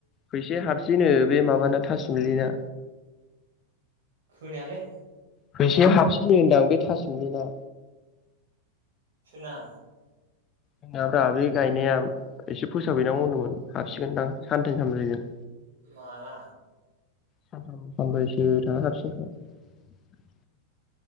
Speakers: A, on the left; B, on the right.
A: फैसाया हाबसैनो बे माबाना थासुमलिना
B: खोनायालै
A: फैसाया हाबसिनो होनदां बे थासोमलिना
B: सोना
A: जोंनाब्रा बे गायनाया एसे फोसाबहैनांगौदोंमोन हाबसिगोनदां सानथाम सानब्रैजों
B: माला
A: सानथाम सानब्रैसो थाना हाबसिगोन खोमा।